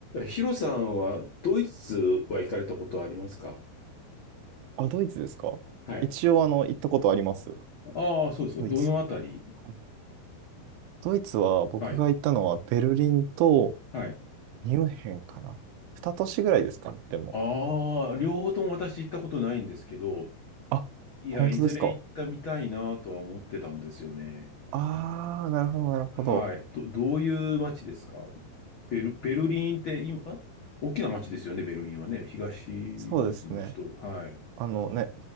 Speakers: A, on the left; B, on the right.
A: ヒロさんはドイツは行かれたことはありますか
B: あ、ドイツですか一応、
A: はい。
B: あの、行ったことあります。
A: ああ、そうですか。
B: ドイツ。
A: どのあたり
B: はいドイツは、僕が行ったのは、
A: はい。
B: ベルリンと
A: はい。
B: ミュンヘンかな。二都市ぐらいですかね、でも。
A: ああ、両方とも私行ったことないんですけど、
B: あ、
A: いや、
B: 本当ですか。
A: いずれ行ったみたいなとは思ってたんですよね。
B: あー、なるほど、なるほど。
A: はい。ど、どういう街ですかベル、ベルリンって今、あ大きな街ですよね、ベルリンはね。東ドイツの首都。
B: そうですね。
A: はい。
B: あのね、